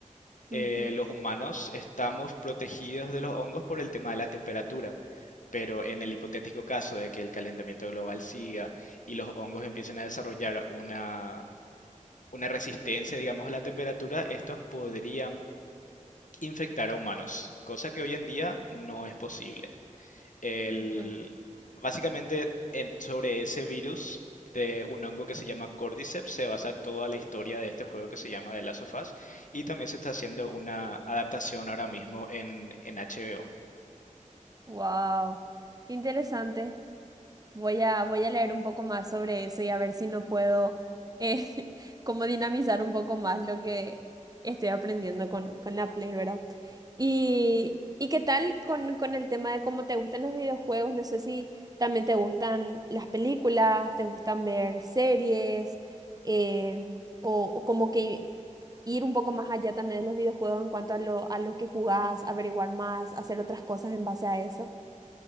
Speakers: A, on the left; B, on the right.
A: Eh,
B: ujú,
A: los humanos estamos protegidos de los hongos por el tema de la temperatura. Pero en el hipotético caso de que el calentamiento global siga y los hongos empiecen a desarrollar una, una resistencia, digamos, a la temperatura, estos podrían infectar a humanos, cosa que hoy en día no es posible. El,
B: ujú.
A: básicamente, en- sobre ese virus de un hongo que se llama Cordyceps se basa toda la historia de este juego que se llama The Last of Us y también se está haciendo una adaptación ahora mismo en, en HBO.
B: Wow, qué interesante. Voy a, voy a leer un poco más sobre eso y a ver si no puedo eh, <laughs> como dinamizar un poco más lo que estoy aprendiendo con, con la Play, ¿verdad? Y, ¿y qué tal con, con el tema de cómo te gustan los videojuegos? No sé si también te gustan las películas, te gustan ver series, eh, o, o como que ir un poco más allá también de los videojuegos en cuanto a lo, a lo que jugás, averiguar más, hacer otras cosas en base a eso.